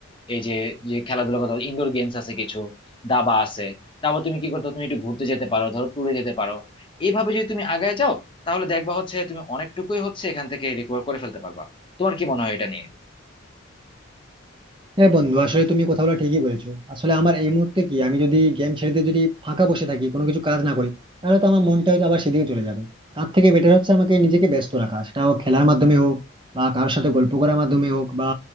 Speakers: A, on the left; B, on the right.
A: এই যে যে খেলাধুলা কথা ইনডোর গেমস আছে কিছু দাবা আছে তারপর তুমি কি করতে পারো? তুমি একটু ঘুরতে যেতে পারো ধরো ট্যুরে যেতে পারো এইভাবে যদি তুমি আগায় যাও তাহলে দেখবা হচ্ছে তুমি অনেকটুকুই হচ্ছে এখান থেকে রিকভার করে ফেলতে পারবা তোমার কি মনে হয় এটা নিয়ে
B: হ্যাঁ বন্ধু আসলে তুমি কথাগুলো ঠিকই বলেছো আসলে আমার এই মুহূর্তে কি আমি যদি গেম ছেড়ে দিয়ে যদি ফাঁকা বসে থাকি কোনো কিছু কাজ না করি তাহলে তো আমার মনটা হয়তো আবার সেদিকে চলে যাবে তার থেকে বেটার হচ্ছে আমাকে নিজেকে ব্যস্ত রাখা সেটা হোক খেলার মাধ্যমে হোক বা কারোর সাথে গল্প করার মাধ্যমে হোক বা